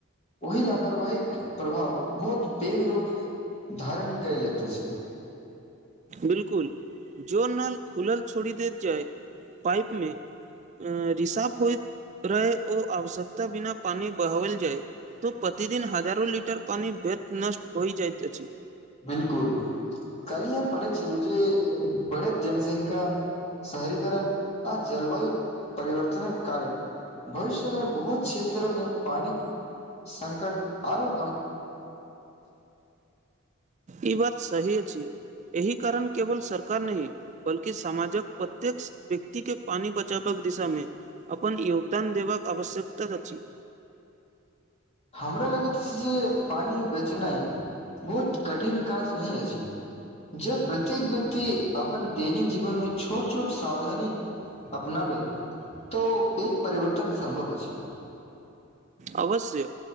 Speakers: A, on the left (about 35°); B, on the right (about 35°).
A: ओहि लापरवाहीक प्रभाव बहुत पैघ रूप धारण कैलत अछि
B: बिलकुल जो नल खुलल छोड़ी देत जाय पाइप मे अ रिसाभ होइत रहै ओ आवश्यकता बिना पान बहाओल जाए तऽ प्रतिदिन हजारो लीटर पानी व्यर्थ नष्ट होइ जाइत अछि
A: बिलकुल काल्हि हम पढ़ैत छलहुँ जे बढ़ैत जनसंख्या शहरीकरण आ जलवायु परिवर्तनक कारण भविष्यमे बहुत क्षेत्रमे पानी संकट आरो
B: ई बात सही अछि एहि कारण केवल सरकार नहि बल्कि समाजक प्रत्येक व्यक्ति के पानी बचावक दिशामे अपन योगदान देबाक आवश्यकता अछि
A: हमरा लगैत अछि जे पानि बचेनाइ बहुत कठिन काज नहि अछि जब प्रत्येक व्यक्ति अपन दैनिक जीवन मे छोट छोट सावधानी अपनाबै तऽ एक परिवर्तन संभव अछि
B: अवश्य